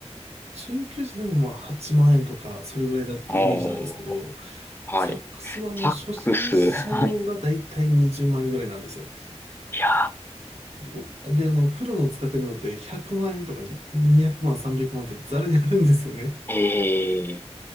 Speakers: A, on the right; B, on the left.
A: 中級者でもまあ8万円とか、それぐらいだったイメージなんですけど、
B: おー、はい。
A: サックスはあの初心者用がだいたい20万円ぐらいなんですよ。
B: サックス、はい。いや
A: おで、あの、プロの使ってるのって100万円とか200万、300万ってザラにあるんですよね。
B: ー、ええ